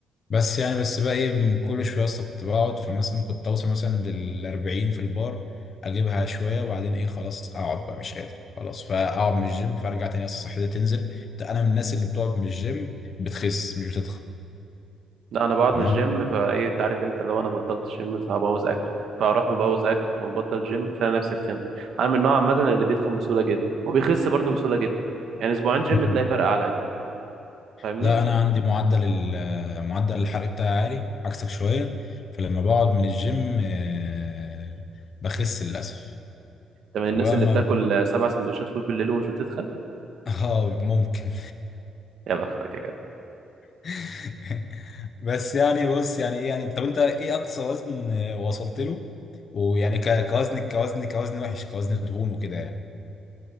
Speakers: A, on the left; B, on the right.
A: بس يعني بس بقى ايه من كل شويه اصلا كنت بقعد فمثلا كنت اوصل مثلا للأربعين في البار اجيبها شويه وبعدين ايه خلاص اقعد بقى مش قادر خلاص فاقعد من الجيم فارجع تاني اصلا صحتي تنزل انا من الناس اللي بتقعد من الجيم بتخس مش بتتخن
B: لا انا بقعد
A: تمام
B: من الجيم فايه انت عارف انت لو انا بطلت الجيم فهبوظ اكل فاروح مبوظ اكل ومبطل جيم فانا نفسي اتخنت انا من النوع عامه اللي بيتخن بسهوله جدا وبيخس برضه بسهوله جدا يعني اسبوعين جيم
A: مم.
B: تلاقي فرق عليا فاهمني
A: لا
B: انت
A: انا عندي معدل ال- معدل الحرق بتاعي عالي عكسك شويه فلما بقعد من الجيم آه، بخس للاسف
B: من
A: فبقى
B: الناس اللي
A: ما
B: بتاكل آه، سبع سندوتشات فول بالليل ومش بتتخن
A: اه ممكن <laughs>
B: يا بختك يا جدع
A: <laughs> بس يعني بص يعني ايه يعني طب انت ايه اقصى وزن آه، وصلت له ويعني ك- كوزن كوزن كوزن وحش كوزن دهون وكده يعني